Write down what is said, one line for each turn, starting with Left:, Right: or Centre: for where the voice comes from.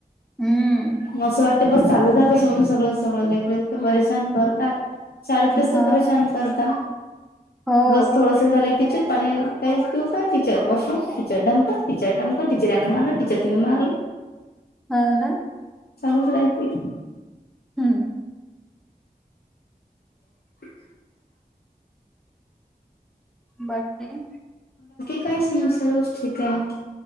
Centre: हम्म
Left: मसं वाट बस चाल. सोडून सगळं सगळं लेखरीत परेशान करतात शाळेतलंचत
Centre: हा
Left: परेशान करतात.
Centre: हो
Left: बस थोडस झालं. टीचर पाणी पिऊ का टीचर वॉशरूम टीचर ढमक टीचर ठमक. टीचरना मारलं टीचर तिन मारल.
Centre: हा ना.
Left: चालूच राहते.
Centre: हम्म.
Left: <inaudible>
Centre: बाकीकी.
Left: काय ससारोष्ट का.